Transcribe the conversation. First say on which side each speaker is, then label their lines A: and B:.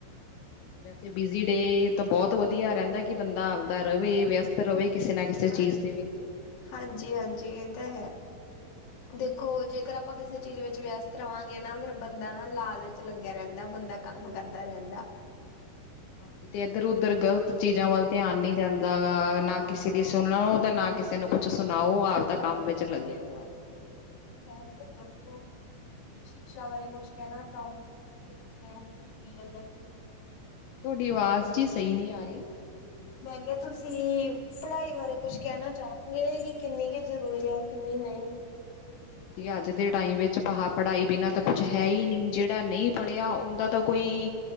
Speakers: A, on the left (about 75°); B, on the left (about 55°).
A: ਹਾਂਜੀ, ਵੈਸੇ ਬਿਜੀ ਰਹੇ ਤਾਂ ਬਹੁਤ ਵਧੀਆ ਰਹਿੰਦਾ। ਕਿ ਬੰਦਾ ਆਪਦਾ ਰਵੇ ਵਿਅਸਤ ਰਵੇ ਕਿਸੇ ਨਾ ਕਿਸੇ
B: ਹਾਂ
A: ਚੀਜ਼ ਦੇ ਵਿੱਚ।
B: ਹਾਂਜੀ ਹਾਂਜੀ ਇਹ ਤਾਂ ਹੈ।
A: ਹਾਂਜੀ
B: ਦੇਖੋ
A: ਹਾਂਜੀ
B: ਜੇਕਰ ਆਪਾਂ ਕਿਸੇ ਚੀਜ਼ ਵਿੱਚ ਵਿਅਸਤ ਰਵਾਂਗੇ ਨਾ ਫੇਰ ਬੰਦਾ ਨਾ ਲਾਲਚ ਲੱਗਿਆ ਰਹਿੰਦਾ ਬੰਦਾ ਕੰਮ ਭੁਗਤਦਾ ਰਹਿੰਦਾ।
A: ਹਾਂਜੀ ਤੇ ਇੱਧਰ ਉਧਰ ਗ਼ਲਤ ਚੀਜ਼ਾਂ ਵੱਲ ਧਿਆਨ ਨੀ ਜਾਂਦਾ ਗਾ ਨਾ। ਕਿਸੇ ਦੀ ਸੁਣੋ ਤੇ
B: ਹਾਂਜੀ।
A: ਨਾ ਕਿਸੇ ਨੂੰ ਕੁਛ ਸੁਣਾਓ ਆਪਦਾ
B: ਹਾਂਜੀ
A: ਕੰਮ ਵਿੱਚ ਲੱਗੇ ਰਹੋ।
B: ਹੈ ਉਹ ਦੱਸ ਦੋ। ਸ਼ਿਕਸ਼ਾ ਬਾਰੇ ਕੁਛ ਕਹਿਣਾ ਚਾਹੂੰਗੀ ਕਿ ਕਿ ਉਹ ਜ਼ਰੂਰੀ ਹੈ ਕਿ।
A: ਤੁਹਾਡੀ ਆਵਾਜ਼ ਜਿਹੀ ਸਹੀ ਨਹੀਂ ਆ ਰਹੀ।
B: ਮੈਂ ਕਿਹਾ ਤੁਸੀਂ ਪੜ੍ਹਾਈ ਬਾਰੇ ਕੁਛ ਕਹਿਣਾ ਚਾਹੋਗੇ ਕਿ ਕਿੰਨੀ ਕੁ ਜ਼ਰੂਰੀ ਆ ਉਹ ਕਿੰਨੀ ਨਹੀਂ।
A: ਜ ਅੱਜ ਦੇ ਟਾਈਮ ਵਿੱਚ ਪ ਪੜ੍ਹਾਈ ਬਿਨਾ ਤਾਂ ਕੁਛ ਹੈ ਹੀ ਨਹੀਂ ਜਿਹੜਾ ਨਹੀਂ ਪੜ੍ਹਿਆ ਉਹਦਾ ਤਾਂ ਕੋਈ।